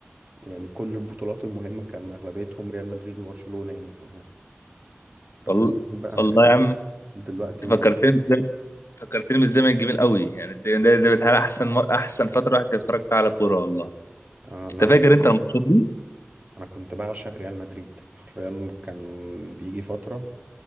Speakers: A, on the right; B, on the left.
A: يعني كل البطولات المهمة كان اغلبيتهم ريال مدريد وبرشلونة يعني ف... بس
B: والله
A: بقى
B: والله
A: لكن
B: يا عم
A: دلوقتي
B: انت
A: ما
B: فكرتني فكرتني بالزمن الجميل قوي يعني ده ده, ده بتهيألي احسن احسن فتره الواحد كان يتفرج فيها على كوره والله
A: آه، انا
B: انت فاكر انت الماتشات دي؟
A: انا كنت بعشق ريال مدريد حرفيا كان بيجي فترة